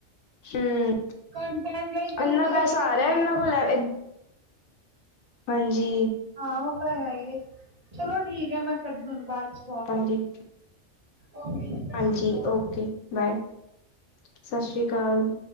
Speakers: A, on the left; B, on the right.
A: ਹੂੰ
B: ਕਣਟਣ ਲਈ ਵਿਊ
A: ਇੰਨਾ
B: ਲੀ
A: ਪੈਸਾ
B: ਆਹੀ ਕਰਦੇ ਆ।
A: <unintelligible> ਹਾਂਜੀ।
B: ਹਾਂ, ਉਹ ਤਾਂ ਹੈ ਹੀ ਹੈ ਚਲੋ ਠੀਕ ਹੈ ਮੈਂ ਕਦਨੂੰ ਬਾਅਦ
A: ਹਾਂਜੀ
B: ਓਕੇ ਜੀ, ਸੱਸ
A: ਹਾਂਜੀ
B: ਸ਼੍ਰੀ ਆਕਾਲ।
A: ਓਕੇ ਬਾਏ, ਸਤਿ ਸ਼੍ਰੀ ਅਕਾਲ।